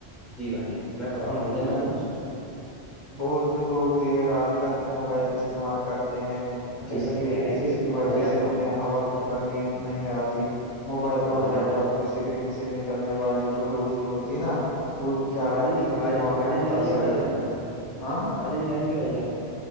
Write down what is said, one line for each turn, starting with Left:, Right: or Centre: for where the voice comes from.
Centre: جی بھیا میں پڑا ہوں بھیا نا کچھ
Left: بہت سے لوگ دیر رات تک موبائل استعمال کرتے ہیں
Centre: بھائی
Left: جس
Centre: جان
Left: کے
Centre: کیا ہے
Left: جس
Centre: کہ
Left: کی وجہ
Centre: بھائی جان
Left: سے انہیں حواقت پر نیند نہیں آتی موبائل
Centre: اب
Left: اور
Centre: بھائی
Left: لیپ
Centre: جان
Left: ٹاپ اسکرین سے نکلنے والی جو روشنی ہوتی نا وہ کیا
Centre: آوازیں
Left: کرتے
Centre: نہیں
Left: ہیں
Centre: آواز
Left: دماغ
Centre: آوازیں
Left: کو
Centre: نہیں
Left: متاثر
Centre: آ رہی ہے کہ بھائی
Left: کرتے
Centre: جان
Left: ہیں ہاں
Centre: آوازیں نہیں آ رہی ہے کہ بھائی جان